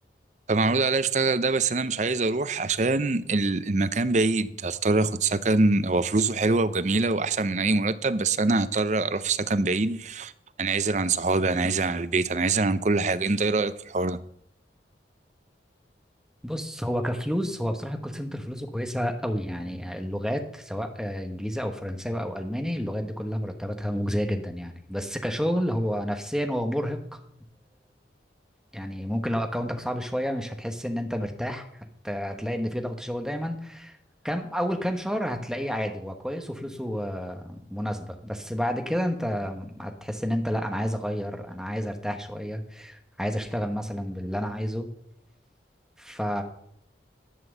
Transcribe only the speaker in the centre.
بص هو كفلوس هو بصراحة الكول سنتر فلوسه كويسة قوي يعني اللغات سواء آه، إنجليزي أو فرنساوي أو ألماني اللغات دي كلها مرتباتها مجزية جدا يعني بس كشغل هو نفسيا هو مرهق يعني ممكن لو اكونتك صعب شويه مش هتحس ان انت مرتاح هت... هتلاقي ان في ضغط شغل دايما كام اول كام شهر هتلاقيه عادي هو كويس وفلوسه آه، مناسبه بس بعد كده انت هتحس ان انت لا انا عايز اغير انا عايز ارتاح شويه عايز اشتغل مثلا باللي انا عايزه ف